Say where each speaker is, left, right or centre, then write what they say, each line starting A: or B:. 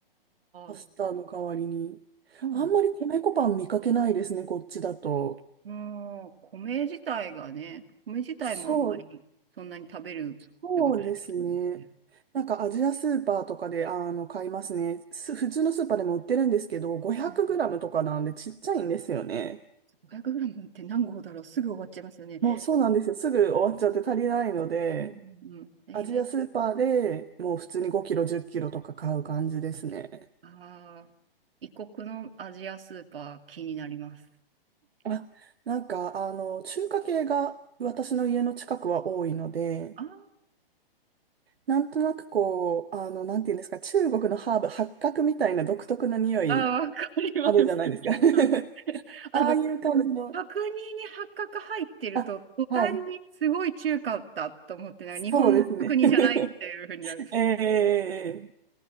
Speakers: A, on the right (about 80°); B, on the right (about 70°).
A: パスタの代わりに。
B: ー、まあ、
A: あんまり米粉パン見かけないですね、こっちだと。
B: うん、米自体がね、米自体もあんまりそんなに食べるってことじゃないんですね。
A: そう、そうですね。なんかアジアスーパーとかで、あの、買いますね。す普通のスーパーでも売ってるんですけど、500グラムとかなんでちっちゃいんですよね。
B: うんうん 500g って何合だろうすぐ終わっちゃいますよね。
A: もうそうなんですよ。すぐ終わっちゃって足りないので、
B: うんうんうん。えー、
A: アジアスーパーでもう普通に5キロ、10キロとか買う感じですね。
B: ああ、異国のアジアスーパー気になります。
A: あ、なんか、あの、中華系が私の家の近くは多いので、
B: あー
A: なんとなくこう、あの、なんていうんですか、中国のハーブ、八角みたいな独特の匂い、
B: あー、わかります。
A: あるじゃないですか。
B: <laughs>
A: <laughs>
B: あの、
A: ああいう感じの、
B: 角煮に八角入ってると、
A: あ、
B: 途端にすごい中華だと思って、
A: はい、
B: なんか日本の角煮じゃないっていうふうになる。
A: そうですね。<laughs> ええ